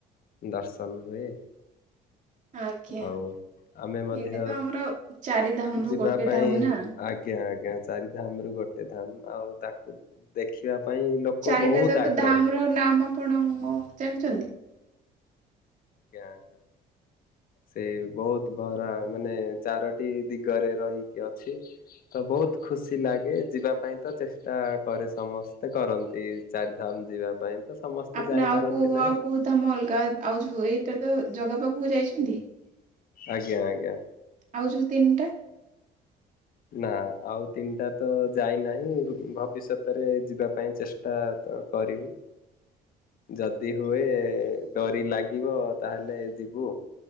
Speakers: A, on the left (about 60°); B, on the right (about 45°).
A: ଦର୍ଶନ ହୁଏ।
B: ଆଜ୍ଞା।
A: ଆଉ ଆମେ ମଧ୍ୟ
B: ଏଇଟା ତ ଆମର ଚାରି ଧାମ ରୁ
A: ଯିବା
B: ଗୋଟେ
A: ପାଇଁ-
B: ଧାମ ନା
A: ଆଜ୍ଞା, ଆଜ୍ଞା, ଚାରିଧାମ ରୁ ଗୋଟେ ଗୋଟେ ଧାମ ଆଉ ତାକୁ ଦେଖିବା ପାଇଁ ଲୋକ
B: ଚାରିଟା
A: ବହୁତ
B: ଯାକ
A: ଆଗ୍ରହୀ
B: ଧାମ ର ନାମ ଆପଣ ଜାଣିଛନ୍ତି?
A: ଆଜ୍ଞା, ଆଜ୍ଞା, ସେ ବହୁତ ଭରା ମାନେ ଚାରଟି ଇ ଦିଗରେ ରହିକି ଅଛି। ତ ବହୁତ ଖୁସି ଲାଗେ। ଯିବା ପାଇଁ ତ ଚେଷ୍ଟା କରେ ସମସ୍ତେ କରନ୍ତି ଚାରି ଧାମ ଧାମ ଯିବା ପାଇଁ। ତ ସମସ୍ତେ
B: ଆପଣ
A: ଯାଇପାରନ୍ତି
B: ଆଉ କୋଉ
A: ନାହିଁ
B: ଆଉ କୋଉ ଧାମ ଅଲଗା ଆଉ ଯୋଉ ଟାକୁ ଜଗା ପାଖକୁ ଯାଇଛନ୍ତି?
A: ଆଜ୍ଞା ଆଜ୍ଞା।
B: ଆଉ ଯୋଉ ତିନଟା
A: ନା ଆଉ ତିନଟା ତ ଯାଇନାହିଁ। ଭବିଷ୍ୟତରେ ଯିବା ପାଇଁ ଚେଷ୍ଟା ତ କହିବି। ଯଦି ହୁଏ ଡୋରି ଲାଗିବ ତାହେଲେ ଯିବୁ।